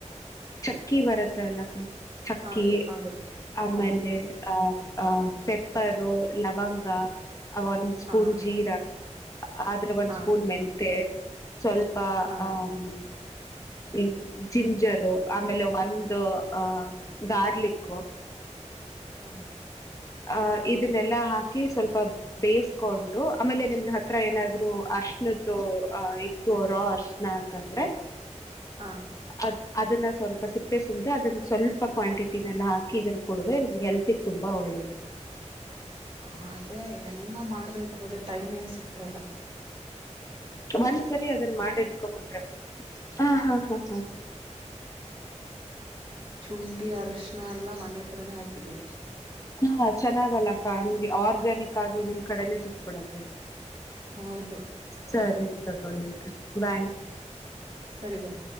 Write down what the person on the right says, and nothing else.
ಹಾ ಆಗುತ್ತೆ
ಹಾ
ಹಾ
ಹಾ
ಹಾ
ಹಾ
ಹಾ
ಹ ಅದೇ ಎಲ್ಲಾ ಮಾಡ್ಬೇಕು ಅೋದ್ರ ಟೈಮೇ ಸಿಕ್ತಲ್ಲ
ಶುಂಠಿ ಅರಶಣ ಎಲ್ಲಾ ಮನೆ ಹತ್ರನೇ ಹಾಕಿದೀವಿ
ಹೌದು
ಸರಿ ಬಾಯ್